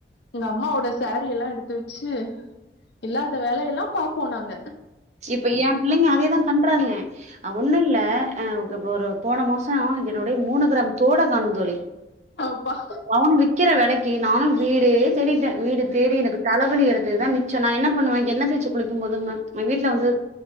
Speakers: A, on the left; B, on the right.
A: எங்க அம்மாவோட சாரீ எல்லா எடுத்து வச்சு இல்லாத வேலையெல்லாம் பாப்போம் நாங்க
B: இப்ப ஏம் புள்ளைங்க அதேதா பண்றாங்க ஒண்ணு இல்ல அ ஒரு போன மாசோ என்னுடைய மூணு கிராம் தோட காணோம் தோழி
A: அப்பா
B: பவுன் விக்கிற வெலைக் கே நானும் வீடே தேடி வீடு தேடி எனக்கு தலவலி எடுத் துதா மிச்சோ நா என்ன பண்ணுவ என்ன தேச்சு குளிக்கும் போதுன்னு வீட்ல வந்து